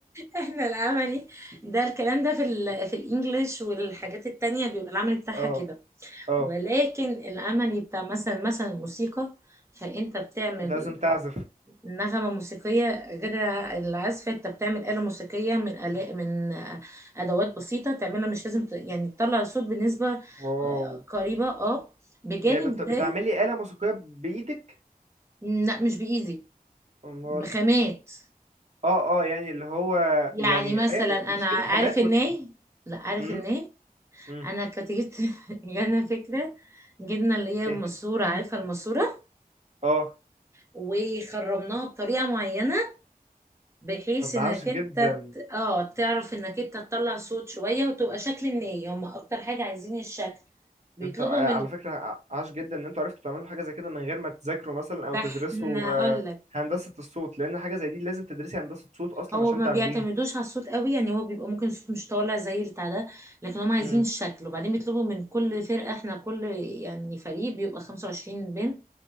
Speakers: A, on the right; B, on the right.
A: احنا العملي ده الكلام ده في ال في الانجليش والحاجات التانية بيبقى العملي بتاعها
B: اه
A: كده
B: اه
A: ولكن العملي بتاع مثلا مثلا الموسيقى فانت بتعمل
B: انت لازم تعزف
A: نغمة موسيقية غير العزف انت بتعمل آلة موسيقية من آلاء من أدوات بسيطة تعملها مش لازم ت- يعني تطلع صوت بنسبة
B: واو
A: آه، قريبة اه بجانب
B: يعني بت... بتعملي
A: ده
B: آلة موسيقية بإيدك
A: لا مش بإيزي
B: امال
A: بخامات
B: اه اه يعني اللي هو
A: يعني
B: يعني
A: مثلا
B: ايوه بت- بتشتري
A: أنا عارف
B: خامات
A: الناي
B: وت...
A: لا عارف
B: مم.
A: الناي
B: مم.
A: أنا كنت جبت <laughs> جانا فكرة جبنا اللي هي
B: ايه
A: الماسورة عارفة الماسورة
B: اه
A: وخرمناها بطريقة معينة بحيث
B: طب ده
A: انك
B: عاش جدا
A: انت ت- اه تعرف انك انت تطلع صوت شوية وتبقى شكل الناي هم اكتر حاجة عايزين الشكل بيطلبوا
B: انت آه،
A: من
B: على فكرة ع- عاش جدا ان انتوا عرفتوا تعملوا حاجة زي كده من غير ما تذاكروا مثلا
A: ده
B: او تدرسوا
A: احنا
B: آه،
A: اقول لك
B: هندسة الصوت لان حاجة زي دي لازم تدرسي هندسة صوت اصلا
A: هو
B: عشان
A: ما
B: تعمليها
A: بيعتمدوش على الصوت قوي يعني هو بيبقى ممكن الصوت مش طالع زي بتاع ده لكن هم عايزين
B: مم.
A: الشكل وبعدين بيطلبوا من كل فرقة احنا كل يعني فريق بيبقى 25 بنت